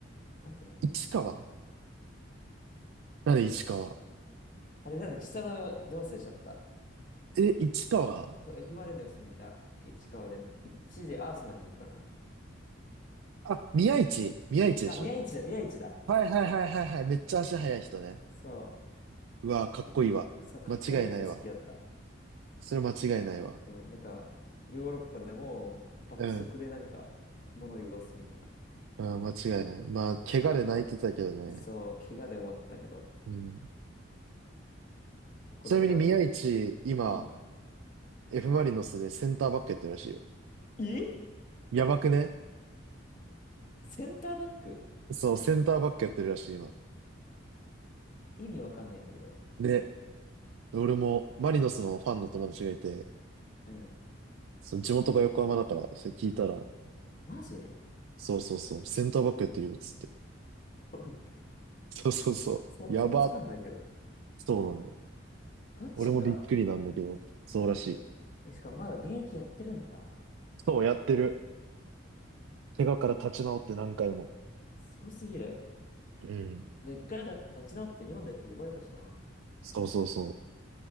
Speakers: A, on the left (about 40°); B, on the right (about 80°).
A: なんて言うんだっけな。
B: 市川誰市川
A: そう、しあれなんだっけ、下のド忘れしちゃった。
B: え、市川
A: そう、F・マリノスにいた市川で、一時アーセナルに行ったのよ。
B: あ、宮市宮市でしょ
A: さあ、宮市だ、宮市だ。
B: はいはいはいはいはい。めっちゃ足速い人ね。
A: そ
B: うわ、かっこいいわ。
A: う、け、そう、かっこよくて好きだった。
B: 間違いないわ。それ間違いないわ。
A: そう、なんか、ヨーロッパでも爆速でなんか、
B: うん。
A: 物を言すみたいな。
B: うん、間違いない。まあ、
A: あれかっこよかったな。
B: 怪我で泣いてたけどね。
A: そう、怪我で終わったけど、
B: うん。
A: 結構だから、
B: ちなみに宮市、今、
A: うん。
B: F マリノスでセンターバックやってるらしいよ。
A: え
B: やばくね
A: センターバック
B: そう、センターバックやってるらしい、今。
A: 意味わかんないんだけど。
B: ね。俺も、マリノスのファンの友達がいて、
A: うん。
B: その地元が横浜だから、それ聞いたら、
A: マジ
B: そうそうそう、センターバックやってるよ、つって。
A: <laughs>
B: そうそうそう。
A: 想像つかんないけど。
B: やば。そうなのよ。
A: ガチか。
B: 俺もびっくりなんだけど、そうらしい。
A: え、しかもまだ現役やってるんだ。
B: そう、やってる。怪我から立ち直って何回も。
A: すごすぎる。
B: うん。
A: で、一回なんか立ち直って日本代表呼ばれたしな。
B: そうそうそう。